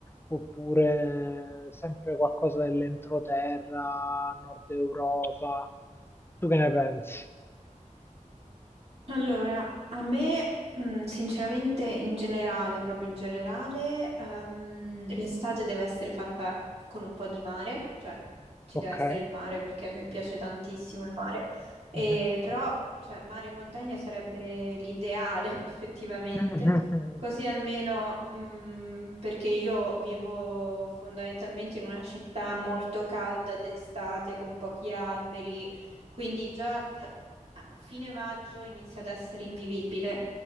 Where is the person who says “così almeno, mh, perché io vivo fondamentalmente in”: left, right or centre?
Right